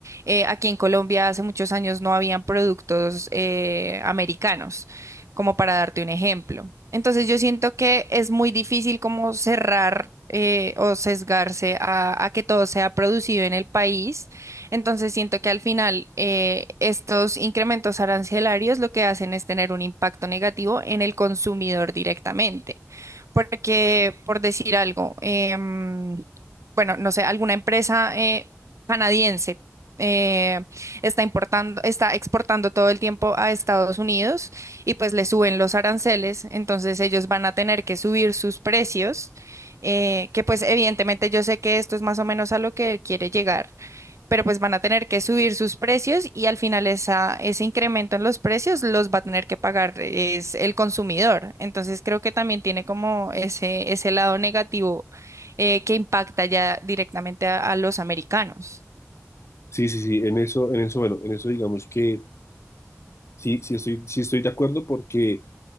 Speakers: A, on the right; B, on the left.
A: eh, aquí en Colombia hace muchos años no habían productos eh, americanos como para darte un ejemplo. Entonces yo siento que es muy difícil como cerrar eh, o sesgarse a, a que todo sea producido en el país. Entonces siento que al final eh, estos incrementos arancelarios lo que hacen es tener un impacto negativo en el consumidor directamente. Porque, por decir algo, em, bueno, no sé, alguna empresa eh, canadiense eh, está importando, está exportando todo el tiempo a Estados Unidos y pues le suben los aranceles, entonces ellos van a tener que subir sus precios, eh, que pues evidentemente yo sé que esto es más o menos a lo que quiere llegar, pero pues van a tener que subir sus precios y al final esa, ese incremento en los precios los va a tener que pagar es el consumidor. Entonces creo que también tiene como ese, ese lado negativo eh, que impacta ya directamente a a los americanos.
B: Sí, sí, sí, en eso, en eso, bueno, en eso digamos que Sí, sí estoy, sí estoy de acuerdo porque,